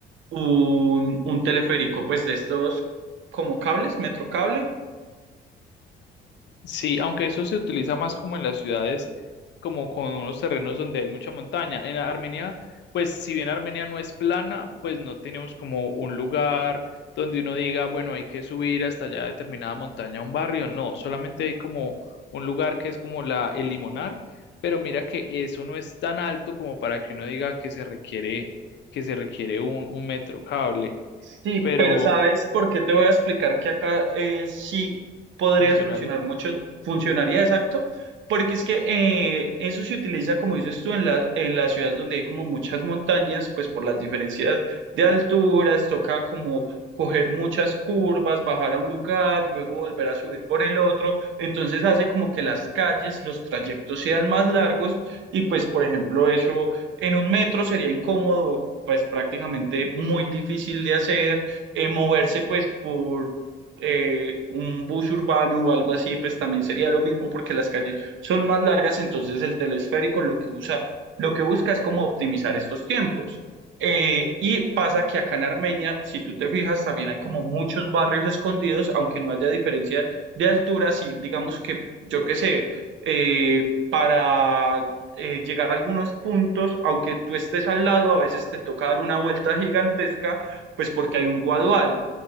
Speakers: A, on the right; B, on the left.
A: Un, un teleférico, pues de estos como cables, metrocable,
B: Sí, aunque eso se utiliza más como en las ciudades, como con unos terrenos donde hay mucha montaña. En Armenia, pues si bien Armenia no es plana, pues no tenemos como un lugar donde uno diga, bueno, hay que subir hasta allá determinada montaña a un barrio. No, solamente hay como un lugar que es como la, el Limonar, pero mira que eso no es tan alto como para que uno diga que se requiere, que se requiere un, un metro cable,
A: Sí,
B: pero
A: pero ¿sabes por qué te voy a explicar que acá eh, sí podría
B: funcionaría.
A: solucionar mucho, funcionaría exacto? Porque es que eh, eso se utiliza, como dices tú, en las, en las ciudades donde hay como muchas montañas, pues por las diferencias de alturas, toca como coger muchas curvas, bajar a un lugar, luego volver a subir por el otro. Entonces hace como que las calles, los trayectos sean más largos y pues, por ejemplo, eso en un metro sería incómodo, pues prácticamente muy difícil de hacer, eh, moverse pues por eh, un bus urbano o algo así, pues también sería lo mismo porque las calles son más largas, entonces el telesférico lo que usa, lo que busca es como optimizar estos tiempos. Eh, y pasa que acá en Armenia, si tú te fijas, también hay como muchos barrios escondidos, aunque no haya diferencia de altura, si digamos que, yo qué sé, eh, para eh, llegar a algunos puntos, aunque tú estés al lado, a veces te toca dar una vuelta gigantesca, pues porque hay un guadual.